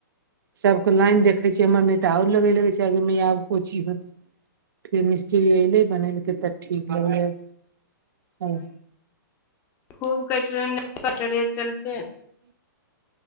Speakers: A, on the right (about 75°); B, on the left (about 15°).
A: सबके लाइन देखे छियै, हमर नै तऽ और लगे लागे छै, आगे मैया आब को ची होत फिर मिस्त्री ऐले बनेलकै तब ठीक भऽ गेलै ओ
B: खूब कटरे-पटरे चलतै।